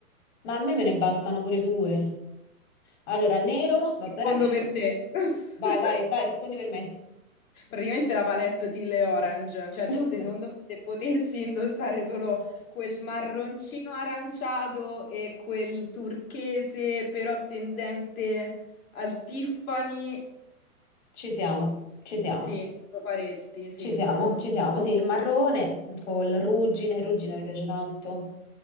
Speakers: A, on the left; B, on the left.
A: Ma a me me ne bastano pure due. Allora, nero, vabbè,
B: Rispondo per te. <laughs>
A: Vai, vai, vai, rispondi per me.
B: Praticamente la palette Teal e Orange, cioè
A: <laughs>
B: tu se, secondo me se potessi indossare solo quel marroncino aranciato e quel turchese però tendente al Tiffany,
A: Ci siamo, ci siamo,
B: sì, lo faresti, sì,
A: ci siamo,
B: secondo
A: ci
B: me.
A: siamo. Sì, il marrone col ruggine, ruggine mi piace tanto.